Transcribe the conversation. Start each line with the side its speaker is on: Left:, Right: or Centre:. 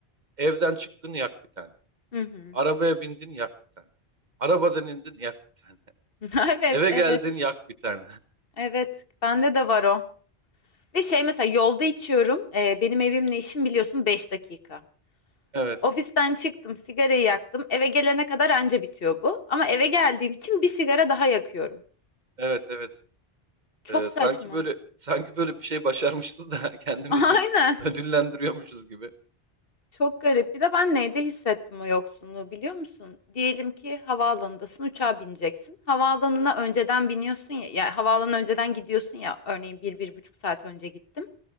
Right: Evden çıktın yak bir tane.
Left: Hı hı.
Right: Arabaya bindin yak bir tane. Arabadan indin yak bir tane.
Left: <laughs> Evet,
Right: Eve
Left: evet.
Right: geldin yak bir tane. <laughs>
Left: Evet, bende de var o. Ve şey mesela yolda içiyorum. Ee, benim evimle işim biliyorsun 5 dakika.
Right: Evet.
Left: Ofisten çıktım, sigarayı yaktım. Eve gelene kadar anca bitiyor bu. Ama eve geldiğim için bir sigara daha yakıyorum.
Right: Evet evet.
Left: Çok
Right: Ee,
Left: saçma.
Right: sanki böyle sanki böyle bir şey başarmışız da <laughs> kendimizi
Left: <laughs> Aynen.
Right: ödüllendiriyormuşuz gibi.
Left: Çok garip. Bir de ben neyde hissettim o yoksunluğu biliyor musun? Diyelim ki havaalanındasın, uçağa bineceksin. Havaalanına önceden biniyorsun ya, yani havaalanına önceden gidiyorsun ya, örneğin bir, bir buçuk saat önce gittim.